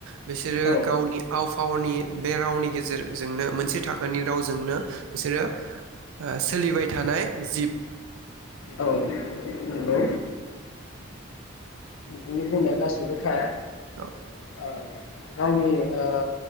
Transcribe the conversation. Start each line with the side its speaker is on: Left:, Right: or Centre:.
Right: बिसोरो
Left: औ
Right: गावनि आव फावनि बे रावनि गेजेरजोंनो मोनसे थाखोनि रावजोंनो बिसोरो ओ सोलिबाय थानाय जिब।
Left: औ नंगौ। नोंनि बुंनाया गासिबो थार।
Right: औ।
Left: औ गावनि ओ